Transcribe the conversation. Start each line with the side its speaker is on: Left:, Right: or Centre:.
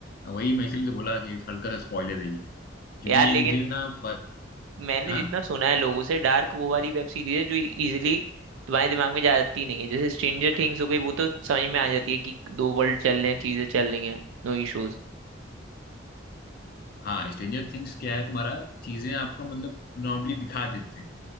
Left: वही मैं इसलिए तो बोला कि हल्का सा स्पॉइलर है ये क्योंकि
Right: <laughs> यार
Left: ये
Right: लेकिन
Left: मुझे ना फ...
Right: मैंने
Left: हाँ
Right: जितना सुना है लोगों से डार्क वो वाली वेब सीरीज है जो इजीली तुम्हारे दिमाग में जाती नहीं है जैसे स्ट्रेंजर थिंग्स हो गई वो तो समझ में आ जाती है कि दो वर्ल्ड चल रहे हैं चीजें चल रही हैं No issues
Left: हाँ स्ट्रेंजर थिंग्स क्या है तुम्हारा चीजें आपको मतलब नॉर्मली दिखा देते हैं